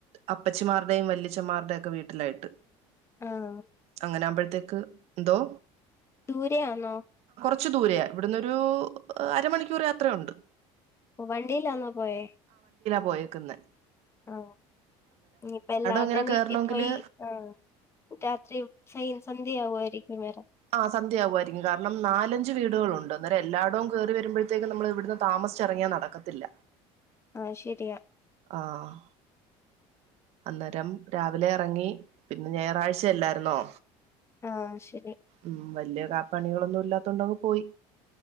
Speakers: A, on the right; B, on the left.
A: അപ്പച്ചിമാരുടെയും വല്ലിച്ചന്മാരുടെ ഒക്കെ വീട്ടിലായിട്ട്
B: ആഹ്
A: അങ്ങനൊകുമ്പോഴത്തേക്ക് ദോ
B: ദൂരെ ആന്നോ
A: കുറച്ചു ദൂരയാ ഇവിടുന്നൊരു അരമണിക്കൂർ യാത്രയുണ്ട്
B: ഓ വണ്ടിയിലാന്നാ പോയേ
A: പോയക്കുന്ന
B: ആ ഇപ്പ എല്ലാരുടെ
A: ഇങ്ങനെ കേറണമെങ്കില്
B: വീട്ടിൽ പോയി ആ രാത്രി സ സന്ധ്യയാവുമായിരി ഇവരേം
A: ആ സന്ധ്യകുവാരികും കാരണം നാലഞ്ചു വീടുകളുണ്ട് അന്നരം എല്ലായിടവും കയറി വരുമ്പോഴത്തേക്കും നമ്മൾ ഇവിടുന്ന് താമസിച്ചിറങ്ങിയാ നടക്കത്തില്ല
B: ആയ് ശരിയാ
A: ആഹ് അന്നേരം രാവിലെ എറങ്ങി പിന്നെ ഞായറാഴ്ചല്ലായിരുന്നോ
B: ആ ശരി
A: ഉം വല്ല്യ കാപ്പണികളൊന്നും ഇല്ലാത്തോണ്ടങ്ങു പോയി